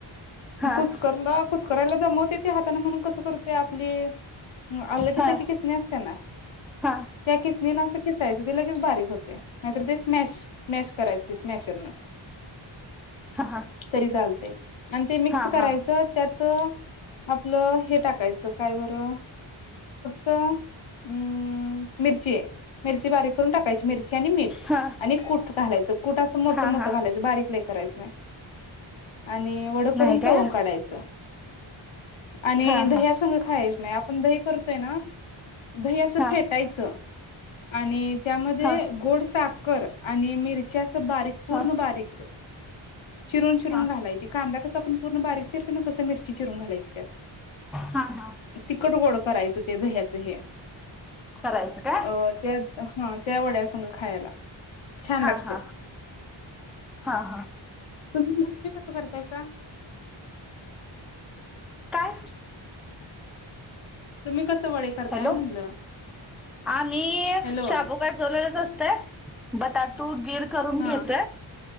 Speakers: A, in the centre; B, on the left.
A: हा
B: कुसकरला कुसकरा्याला जमवते ते हाताने म्हणून कस करतय. आपली अल किसाची
A: हा
B: किसणी असते ना
A: हा
B: त्या किसणीना किसणीना असं खिसायचं ते लगेच बारीक होते नाहीतर ते स्मॅश स्मॅश करायचे. समाचार
A: हा हा
B: तरी चालते आणि ते मिक्स
A: हा
B: करायचं
A: हा
B: त्यात आपलं हे टाकायचं. त काय बरं. तर हम्म मिरची आहे मिरची बारीक करून टाकायची. मिरची मीठ
A: हा
B: आणि कूट घालायच कूट असं मोठ
A: हा
B: मोठ
A: हा
B: घालायचं. बारीकला करायचं. नाही आणि वड
A: नाही
B: करून
A: काय?
B: तळून काढायचं. आणि
A: हा
B: दह्या
A: हा
B: संघ खायच नाही आप दही करतोय ना दही अस
A: हा
B: फेटायचं आणि त्यामध्ये
A: हा
B: गोड साखर आणि मिरची <unintelligible> बारीक पूर्ण
A: हा
B: बारीक चिरून चिरून
A: हा
B: घालायची. कांदा कस आपण पूर्ण बारीक च त मिर चिरून घालायची त्या
A: हा हा
B: टिकतगोड करायचं ते दह्याचं हे
A: करायचं का
B: अ त्या हा त्या वड्या संघ खायला. छान
A: हा
B: लागतय
A: हा हा हा
B: तुम्ही कसं करतायचा.
A: काय
B: तुम्ही कस व करताय
A: हॅलो
B: म्हणलं.
A: आम्ही
B: हॅलो
A: शाबूकाठ चल बटाटु गीर करून
B: हा
A: घेत